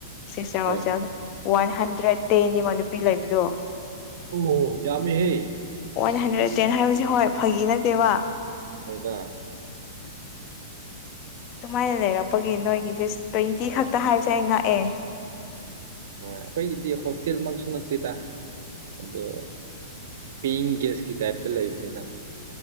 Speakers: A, on the left; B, on the right.
A: ꯁꯤꯁꯇꯔ
B: ꯍꯣꯏ
A: ꯍꯣꯁꯦꯜ ꯋꯥꯟ ꯍꯟꯗ꯭ꯔꯦꯠ ꯇꯦꯟꯅꯦꯕ ꯅꯨꯄꯤ ꯂꯩꯕꯗꯣ
B: ꯑꯣ ꯌꯥꯃꯤ ꯍꯦ
A: ꯋꯥꯟ ꯍꯟꯗ꯭ꯔꯦꯗ ꯇꯦꯟ ꯍꯥꯏꯕꯁꯦ ꯍꯣꯏ ꯐꯥꯒꯤ ꯅꯠꯇꯦꯕ
B: ꯍꯣꯏꯗ
A: ꯑꯗꯨꯃꯥꯏꯅ ꯂꯩꯔꯛꯄꯒꯤ ꯅꯣꯏꯒꯤꯁꯦꯁ ꯇ꯭ꯋꯦꯟꯇꯤ ꯈꯛꯇ
B: ꯎꯝ ꯍꯣꯏ
A: ꯍꯥꯏꯕꯁꯦ ꯑꯩ ꯉꯛꯑꯦ
B: ꯍꯣꯏ ꯑꯩꯈꯣꯏꯒꯤꯗꯤ ꯍꯣꯁꯇꯦꯜꯃꯛꯁꯨ ꯅꯠꯇꯦꯗ ꯑꯗꯣ ꯄꯤꯏꯡ ꯒꯦꯁꯀꯤ ꯇꯥꯏꯞꯇ ꯂꯩꯕꯅꯤꯗ